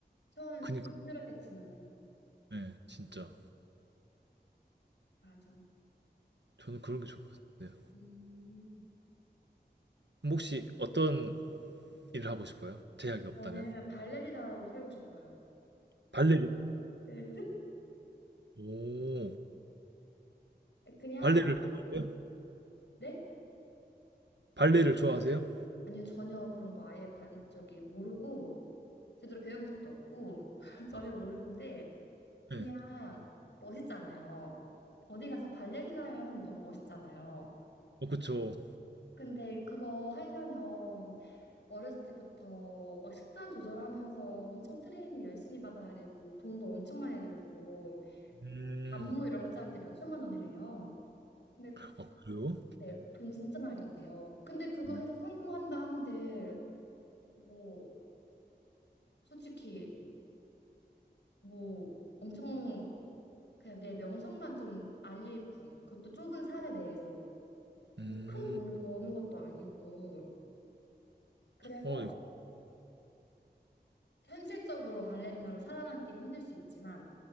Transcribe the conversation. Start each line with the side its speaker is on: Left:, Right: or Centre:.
Left: 처음엔
Right: 그니까
Left: 좀 힘들었겠지만
Right: 예 진짜
Left: 맞아.
Right: 저는 그런 게 좋을 것 같아요
Left: 음,
Right: 그럼 혹시 어떤 일을 하고 싶어요? 제약이 없다면
Left: 저는 발레리나로 살고 싶어요.
Right: 발레리나
Left: 네.
Right: 오
Left: <laughs> 그냥
Right: 발레를 좋아하세요?
Left: 네?
Right: 발레를 좋아하세요?
Left: 아니요 전혀 그런 거 아예 관 저기 모르고 제대로 배워본 적도 없고 <laughs> 전혀 모르는데 그냥
Right: 네.
Left: 멋있잖아요. 어디 가서 발레리나예요 하면 너무 멋있잖아요.
Right: 어 그쵸
Left: 근데 그거 하려면 어렸을 때부터 막 식단 조절하면서 엄청 트레이닝 열심히 받아야 되고 돈도 엄청 많이 들고
Right: 음,
Left: 안무 이런 거 짜는데 몇 천만 원이래요. 근데
Right: 아 그래요?
Left: 네, 돈 진짜 많이 든대요. 근데 그거
Right: 음,
Left: 해서 성공한다 한들 뭐 솔직히 뭐 엄청 그냥 내 명성만 좀 알릴 뿐. 그것도 좁은 사회 내에서
Right: 음.
Left: 뭐 큰 돈을 버는 것도 아니고. 그래서
Right: 어, 네.
Left: 현실적으로 발레리나로 살아남기는 힘들 수 있지만